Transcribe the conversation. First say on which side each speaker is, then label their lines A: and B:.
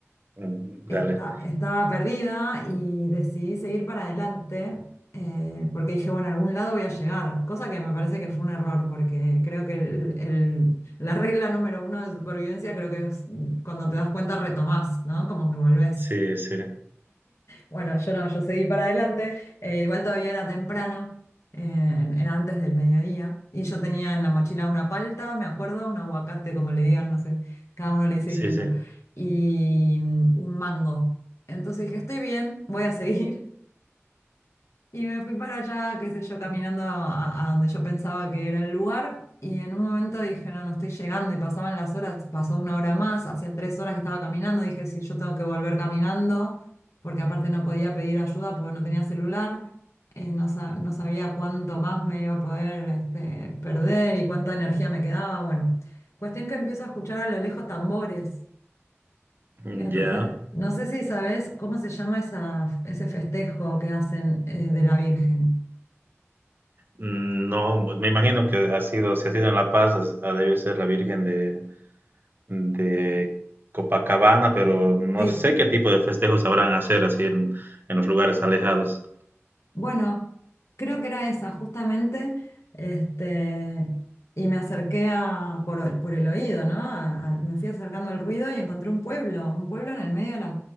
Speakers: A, on the right (about 45°); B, on the left (about 75°).
A: mm,
B: esta-
A: dale,
B: estaba perdida y decidí seguir para adelante eh, porque dije, bueno, a algún lado voy a llegar, cosa que me parece que fue un error porque creo que el- el- la regla número uno de supervivencia creo que es mm, cuando te das cuenta retomás, ¿no? Como que volvés.
A: sí, sí,
B: Bueno, yo no, yo seguí para adelante. eh, igual todavía era temprano, eh, era antes del mediodía. Y yo tenía en la mochila una palta, me acuerdo, un aguacate, como le digan, no sé, cada uno le dice
A: sí,
B: distinto,
A: sí,
B: y mm, un mango. Entonces dije, estoy bien, voy a seguir. Y me fui para allá, qué sé yo, caminando a, a donde yo pensaba que era el lugar. Y en un momento dije, no, no estoy llegando. Y pasaban las horas, pasó una hora más, hacía tres horas que estaba caminando. Dije, sí, yo tengo que volver caminando, porque aparte no podía pedir ayuda porque no tenía celular. eh, no, sa- no sabía cuánto más me iba a poder este, perder y cuánta energía me quedaba. Bueno, cuestión que empiezo a escuchar a lo lejos tambores.
A: Mm,
B: Entonces,
A: ya.
B: no sé si sabes cómo se llama esa, ese festejo que hacen eh, de la Virgen.
A: Mm, No, pues me imagino que ha sido, si ha sido en La Paz, has- ha debido ser la Virgen de, de Copacabana, pero no
B: Sí,
A: sé qué tipo de festejos sabrán hacer así en, en los lugares alejados.
B: bueno, creo que era esa justamente, este, y me acerqué a, por, o- por el oído, ¿no? A- a- me fui acercando al ruido y encontré un pueblo, un pueblo en el medio de la,